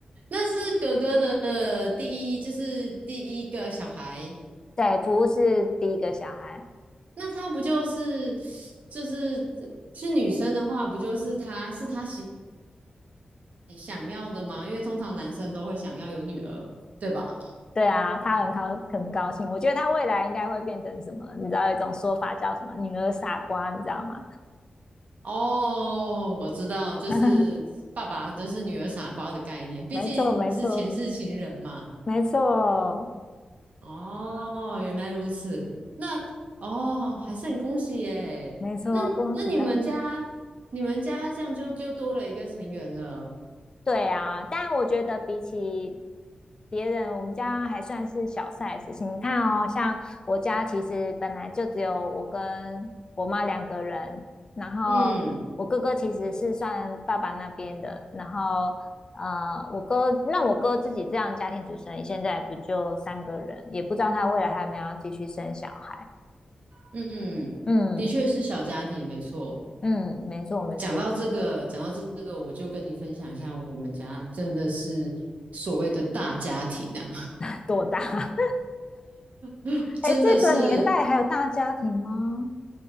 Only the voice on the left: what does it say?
对，普乌是第一个小孩。
对啊，他很高很高兴，我觉得他未来应该会变成什么？你知道有一种说法叫什么“女儿傻瓜”，你知道吗？
<laughs>
没错，没错，没错，
没错，
恭喜他。
对啊，但我觉得比起别人，我们家还算是小 size 你看哦，像我家其实本来就只有我跟我妈两个人，然后我哥哥其实是算爸爸那边的，
然后呃，我哥那我哥自己这样家庭主持人，现在不就三个人，也不知道他未来还有没有要继续生小孩。
嗯
嗯，没错没错，
<laughs> 多大？
哎，这个年代还有大家庭吗？